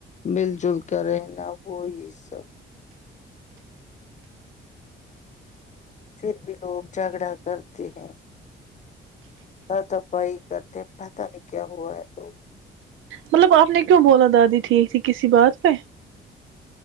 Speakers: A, on the left; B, on the right.
A: مل جل کر رہنا وہ یہ سب پھر بھی لوگ جھگڑا کرتے ہیں داتاپائی کرتے پتاہ نہیں کیا ہوا ہے تو
B: مطلب آپ نے کیوں بولا دادی ٹھیک تھی کسی بات پہ